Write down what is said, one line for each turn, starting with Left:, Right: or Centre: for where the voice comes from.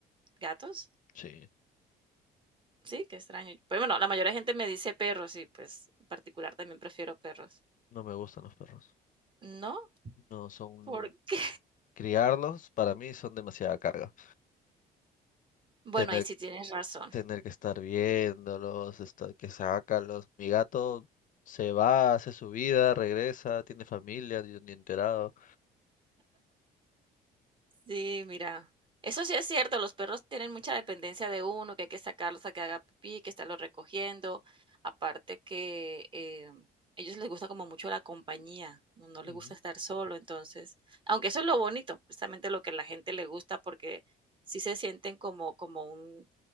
Right: ¿Gatos?
Left: Sí.
Right: Sí, qué extraño. Pues bueno, la mayoría de gente me dice perros y pues en particular también prefiero perros.
Left: No me gustan los perros.
Right: ¿No?
Left: No son...
Right: ¿Por qué?
Left: Criarlos para mí son demasiada carga.
Right: Bueno,
Left: Tener,
Right: ahí sí tienes razón.
Left: tener que estar viéndolos, estar, que sácalos. Mi gato se va, hace su vida, regresa, tiene familia, yo ni enterado.
Right: Sí, mira, eso sí es cierto, los perros tienen mucha dependencia de uno, que hay que sacarlos a que haga pipí, que estarlos recogiendo, aparte que eh, ellos les gusta como mucho la compañía, no, no les
Left: Ujú.
Right: gusta estar solo, entonces, aunque eso es lo bonito, precisamente lo que a la gente le gusta, porque sí se sienten como, como un